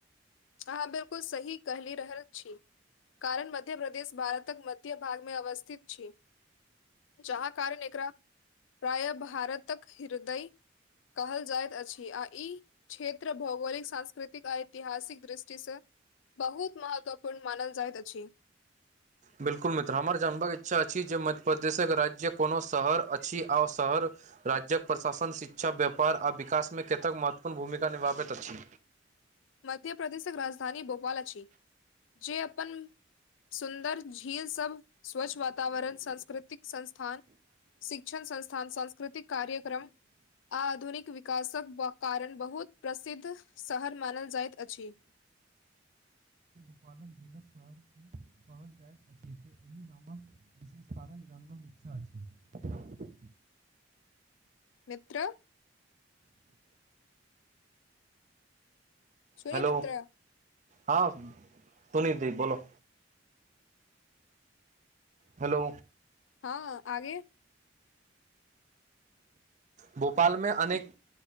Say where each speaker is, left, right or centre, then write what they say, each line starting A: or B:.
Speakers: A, on the left; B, on the right.
A: अहाँ बिलकुल सही कहली रहल छी कारण मध्य प्रदेश भारतक मध्य भागमे अवस्थित छी जहा कारण एकरा प्राय भारतक हृदय कहल जाइत अछि आ ई क्षेत्र भौगोलिक, सांस्कृतिक आ ऐतिहासिक दुष्टि सँ बहुत महत्वपूर्ण मानल जाइत अछी।
B: बिल्कुल मित्र हमर जानबाक इच्छा अछि जे मध्य प्रदेशक राज्य कोनो शहर अछि आओ शहर राज्यक प्रशासन शिक्षा, व्यापार आ विकासमे केतेक महत्वपूर्ण भूमिका निभाबैत अछि
A: मध्य प्रदेशक राजधानी भोपाल अछि जे अपन सुन्दर झील सब स्वच्छ वातावरण सांस्कृतिक संस्थान शिक्षण संस्थान, सांस्कृतिक कार्यक्रम आधुनिक विकासक व कारण बहुत प्रसिद्ध शहर मानल जाइत अछि।
B: पालक झीलक शहरके कहल जायत अछि जे एहि नामक विशेष कारण जानबाक इच्छा अछि।
A: मित्र छुई
B: हेलो
A: मित्र
B: हँ पुनि दि बोलो हेलो
A: हँ आगे
B: भोपालमे अनेक